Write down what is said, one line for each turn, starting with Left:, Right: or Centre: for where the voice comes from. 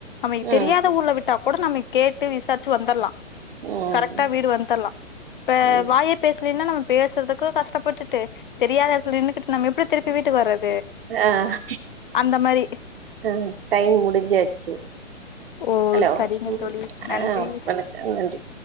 Left: அவைங்க
Right: ம்
Left: தெரியாத ஊர்ல விட்டா கூட நம்ம கேட்டு விசாச்சு வந்தர்லா
Right: ம்
Left: கரெக்டா வீடு வந்தர்லா இப்ப
Right: ம்
Left: வாயே பேசலின்னா நம்ம பேசுறதுக்கு கஸ்டப்பட்டுட்டு தெரியாத எடத்துல நின்னுக்கிட்டு நம்ம எப்டி திருப்பி வீட்டுக்கு வர்றது
Right: ஆஹ்
Left: அந்த மாரி
Right: ஆஹ் டைம் முடிஞ்சாச்சு
Left: ஓ
Right: ஹலோ
Left: சரிங்க
Right: ஆஹ்ம்
Left: தோழி நன்றி
Right: ஆஹ் வணக்கம்